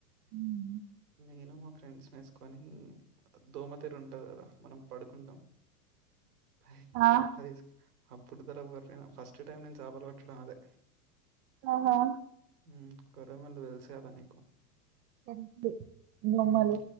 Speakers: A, on the right; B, on the right.
A: ఉమ్.
B: నేను మా ఫ్రెండ్స్ నేసుకొని దోమతెరు ఉంటది గదా మనం పడుకుంటాం ఫైయ్
A: ఆ
B: అదే యేస్ ఆ బురద పొర్లిన ఫస్ట్ టైం నేను చేపలు పట్టడం అదే
A: ఆహా
B: ఉమ్ కొరమళ్ళు దెలుసు గదా నీకు
A: తెలుసు బొమ్మలు
B: హ్మ్.